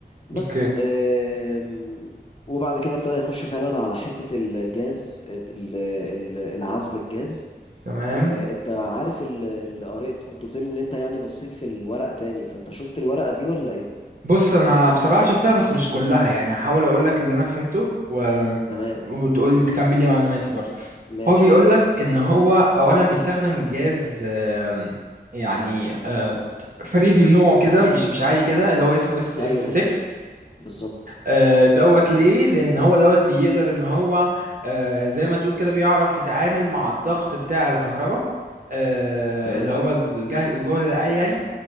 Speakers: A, on the left (about 35°); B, on the right (about 55°).
A: بس
B: اوكي
A: آم، وبعد كده ابتدى يخش فعلا على حتة الجاز ال- ال- العزل الجاز
B: تمام
A: آه، انت عارف ال- ال- قري انت كنت قلت لي ان انت يعني بصيت في الورق تاني فانت شفت الورقة دي ولا ايه
B: بص انا بصراحة شفتها بس مش كلها يعني هحاول اقول لك اللي انا فهمته و...
A: تمام
B: وتقول لي تكمل لي معلوماتي برضه
A: ماشي
B: هو بيقول لك ان هو اولا بيستخدم جاز آم، يعني آه، فريد من نوعه كده مش مش عادي كده اللي هو اسمه اس
A: ايوه
B: اف
A: بالظبط
B: 6
A: بالظبط
B: آه، دوت ليه لان هو دوت بيقدر ان هو آه، زي ما تقول كده بيعرف يتعامل مع الضغط بتاع الكهرباء آه،
A: تمام
B: اللي هو الجهد الجهد العالي يعني